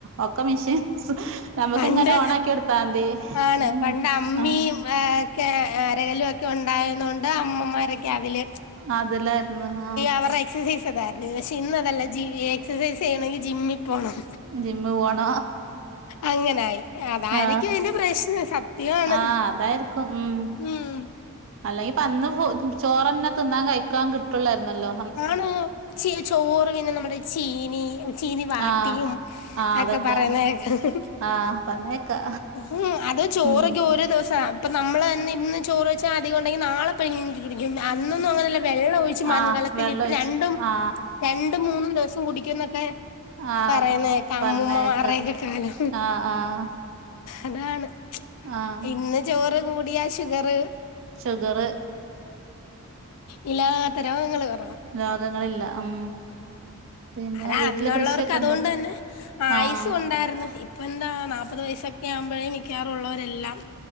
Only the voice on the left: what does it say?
പണ്ട്.
ആണ്
പണ്ട് അമ്മിയും
ഒക്കെ അരലും ഒ ക്കെണ്ടായതോണ്ട് അമ്മമാരൊക്കെ അതില്
അവർ എക്സസൈസ്തായിരുന്നു. പക്ഷെ ഇന്നതല്ല ജി എക്സസൈസ് യ്യണമെങ്കി ജിമ്മി പോണം
അങ്ങനായി അതായിരിക്കും
അതിന്റെ പ്രശ്നം സത്യമാണ്
ഉം
ആണ്. ഇച്ചിരി ചോറ് പിന്നെ നമ്മുടെ ചീനി ചീനി വാട്ടിയും
ഒക്കെ
പറയുന്ന കേൾക്ക
ഉം അത് ചോറൊക്കെ
ഒരോ ദിവസാ ഇപ്പൊ നമ്മള് തന്നെ ഇന്ന് ചോറ് വെച്ചാ അധികം ഉണ്ടെങ്കി നാളെ പിന്നെയും വെച്ചോണ്ടിരിക്കും. അന്നൊന്നും അങ്ങനെല്ല വെള്ളം ഒഴിച്ച് മൺകലത്തിലിട്ട്
രണ്ടും,
രണ്ടും മൂന്നും ദിവസം കുടിക്കും ന്നൊക്കെ
പറയുന്ന കേൾക്കാം
അമ്മൂമ്മ മാരേക്കെ കാലം
അതാണ്
ഇന്ന് ചോറ് കൂടിയാ ഷുഗർ
ഇല്ലാത്ത രോഗങ്ങൾ പറ
അതാ
അന്നുള്ളവർക്ക്
അതുകൊണ്ട്
തന്നെ ആയുസ്
കൊ ണ്ടായിർന്നു. ഇപ്പെന്താ നാൽപത് വയസൊക്കെ ആവുമ്പോഴേ മിക്കവാറുള്ളവരല്ലാം